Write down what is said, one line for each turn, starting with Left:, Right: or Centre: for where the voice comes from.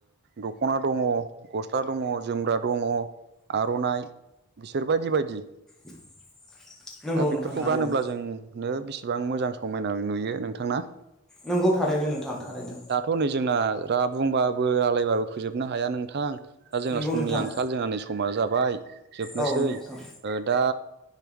Right: दख'ना दङ गस्ला दङ जोम्रा दङ आर'नाइ बिसोर बायदि बायदि
Centre: <inaudible>
Right: दा बेफोरखौ
Centre: नोंथां थारैनो
Right: गानोब्ला जोंनो बेसिबां मोजां समायना नुयो नोंथांना।
Centre: नंगौ थारैनो नोंथां
Right: औ
Centre: थारैनो
Right: दाथ' नै जोंना रा बुंबाबो आलायबाबो फोजोबनो हाया नोंथां। दा जोंहा
Centre: नंगौ
Right: समनि
Centre: नोंथां
Right: आंखाल जोंहा नै समा जाबाय जोबनोसै
Centre: औ नंगौ नोंथां
Right: ओ दा